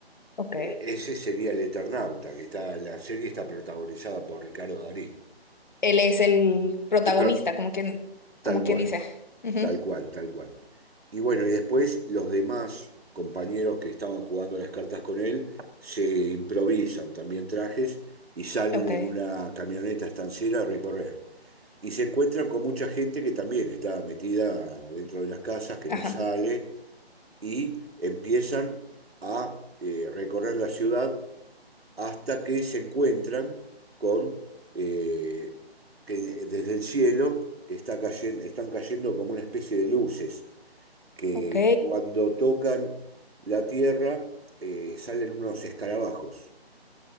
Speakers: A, on the left; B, on the right.
A: ok.
B: Eh, ese sería el Eternauta, que está, la serie está protagonizada por Ricardo Darín.
A: Él es el protagonista,
B: Eh, pero,
A: como quien,
B: tal
A: como
B: cual,
A: quien dice. ujú,
B: tal cual, tal cual. Y bueno, y después los demás compañeros que estaban jugando las cartas con él se improvisan también trajes y salen
A: Ok,
B: en una camioneta estanciera a recorrer. Y se encuentran con mucha gente que también está metida dentro de las casas, que
A: ajá.
B: no sale, y empiezan a eh, recorrer la ciudad hasta que se encuentran con eh, que desde el cielo está cayen- están cayendo como una especie de luces que
A: Ok,
B: cuando tocan la tierra eh, salen unos escarabajos,